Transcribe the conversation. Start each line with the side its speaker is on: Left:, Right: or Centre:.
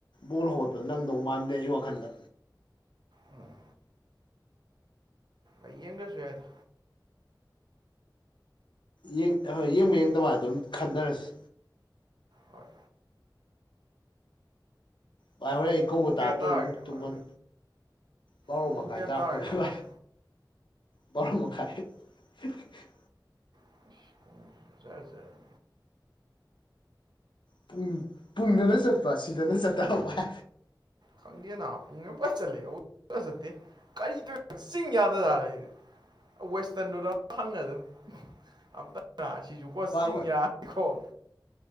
Left: ꯕꯣꯜ ꯍꯧꯒꯠꯄꯗꯣ ꯅꯪꯗꯧ ꯃꯥꯟꯗꯦ ꯑꯩ ꯋꯥꯈꯟꯗ
Right: ꯎꯝ ꯑꯩ ꯌꯦꯡꯗ꯭ꯔꯁꯨ ꯌꯥꯏꯗ
Left: ꯌꯦꯡꯕ ꯍꯣꯏ ꯌꯦꯡꯗꯕ ꯑꯗꯨꯝ ꯈꯟꯅꯔꯁꯤ
Right: ꯍꯣꯏ
Left: ꯚꯥꯏ ꯍꯣꯔꯦꯟ ꯑꯩ
Right: ꯄꯨꯡꯕꯨ
Left: ꯀꯧꯕ
Right: ꯀꯌꯥ
Left: ꯇꯥꯛꯇ꯭ꯔꯁꯨ
Right: ꯇꯥꯔꯒꯦ
Left: ꯑꯗꯨꯝ ꯇꯨꯝꯃꯟ
Right: ꯚꯥꯏ
Left: ꯚꯥꯔꯣ
Right: ꯄꯨꯡꯕꯨ
Left: ꯃꯈꯥꯏ
Right: ꯀꯌꯥ
Left: ꯇꯥꯔꯛ
Right: ꯇꯥꯔꯒꯦ
Left: ꯇꯣꯔꯦ
Right: ꯑꯁ
Left: ꯚꯥꯏ ꯚꯥꯔꯣ ꯃꯈꯥꯏ <unintelligible>
Right: ꯑꯁ ꯄꯨꯡꯖꯤꯖꯨ ꯖꯔ ꯖꯔꯅꯦ
Left: ꯄꯨꯡ ꯄꯨꯡꯗꯅ ꯆꯠꯄ ꯁꯤꯗꯅ ꯆꯠꯇꯕ ꯚꯥꯏ
Right: ꯈꯪꯗꯦꯅ ꯄꯨꯡꯅ ꯄꯪꯆꯠ ꯆꯠꯂꯤ <unintelligible> ꯆꯠꯇꯦ ꯀꯔꯤ ꯇꯩꯔꯤꯅꯣ ꯆꯤꯡ ꯌꯥꯗ __ ꯋꯦꯁꯇꯔꯟꯗꯨꯗ ꯍꯪꯉꯁꯦ ꯑꯝꯇ ꯅ ꯑꯁꯤꯁꯨꯀꯣ ꯆꯤꯡ
Left: ꯚꯥꯏ
Right: ꯌꯥꯅꯤꯀꯣ